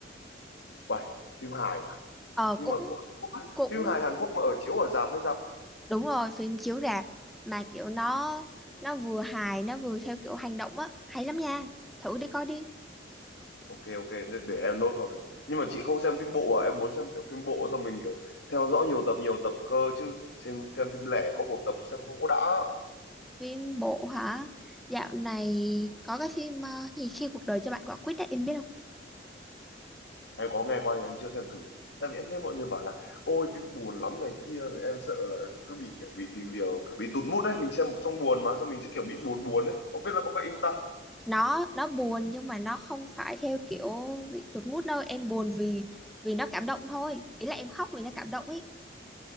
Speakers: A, on the left; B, in the centre.
A: Uầy, phim hài à?
B: Ờ
A: Nhưng
B: cũng
A: mà của Hàn Quốc á.
B: cũng
A: Phim hài Hàn Quốc mà ở chiếu ở rạp hay sao?
B: đúng rồi, phim chiếu rạp mà kiểu nó nó vừa hài nó vừa theo kiểu hành động á, hay lắm nha. Thử đi coi đi.
A: Ok ok để, để em nốt vào thử. Nhưng mà chị không xem phim bộ à? Em muốn xem kiểu phim bộ xong mình kiểu theo dõi nhiều tập nhiều tập cơ chứ xem xem phim lẻ có một tập xem không có đã.
B: Phim bộ hả? Dạo này có cái phim ờ, gì khi cuộc đời cho bạn quả quýt á, em biết
A: Em có nghe qua nhưng em chưa xem thử. Tại vì em nghe mọi người bảo là ôi phim buồn lắm này kia rồi em sợ là cứ bị kiểu bị kiểu, kiểu bị tụt mood đấy, mình xem xong buồn mà xong mình sẽ kiểu bị buồn buồn đấy. Không biết là có vậy không ta?
B: nó nó buồn nhưng mà nó không phải theo kiểu bị tụt mood đâu em buồn vì vì nó cảm động thôi ý là em khóc vì nó cảm động ấy